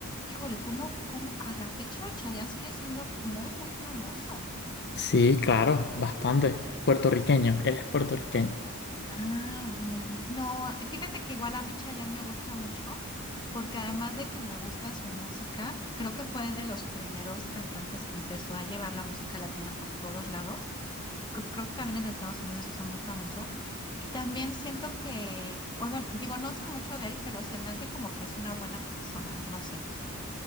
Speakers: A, on the left (about 20°); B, on the left (about 50°).
A: híjole, cómo, cómo a la fecha Chayanne sigue siendo muy, muy famoso.
B: Sí, claro, bastante. Puertorriqueño, él es puertorriqueño.
A: Ah, mira, mira. No, eh, fíjate que igual a mí Chayanne me gusta mucho, porque además de que me gusta su música, creo que fue de los primeros cantantes que empezó a llevar la música latina por todos lados, porque creo que también en los Estados Unidos se hizo muy famoso. Y también siento que, o sea, digo, no sé mucho de él, pero se me hace como que es una buena persona, no sé.